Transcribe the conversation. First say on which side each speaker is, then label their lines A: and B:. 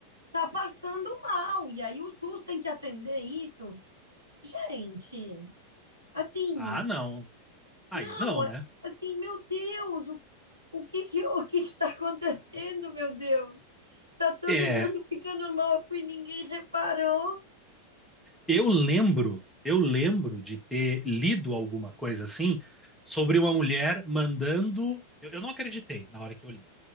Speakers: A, on the right; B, in the centre.
A: tá passando mal e aí o SUS tem que atender isso. Gente, assim,
B: Ah, não. Aí
A: Não,
B: não,
A: é-
B: né?
A: assim, meu Deus, o, o que que, o que está acontecendo, meu Deus? Tá todo
B: É,
A: mundo ficando louco e ninguém reparou.
B: eu lembro, eu lembro de ter lido alguma coisa assim sobre uma mulher mandando. Eu, eu não acreditei na hora que eu li.